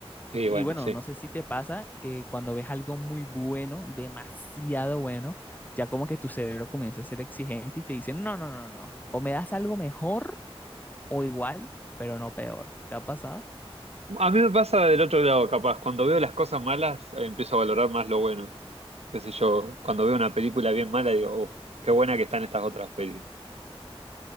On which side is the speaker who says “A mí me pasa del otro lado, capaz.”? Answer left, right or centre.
Right